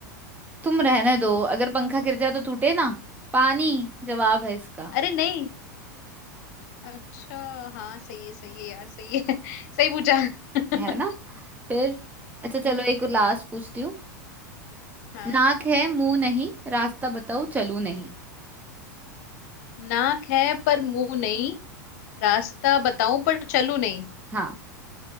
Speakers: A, on the right; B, on the left.
A: तुम रहने दो अगर पंखा गिर जाए तो टूटे ना पानी जवाब है इसका
B: अरे नहीं अच्छा हाँ सही है सही है यार सही है <laughs> सही पूछा <laughs>
A: है ना फिर अच्छा
B: हम्म
A: चलो एक लास्ट पूछती हूँ
B: हाँ
A: नाक है मुंह नहीं रास्ता बताओ चलू नहीं
B: नाक है पर मुंह नहीं रास्ता बताऊं पर चलूं नहीं
A: हाँ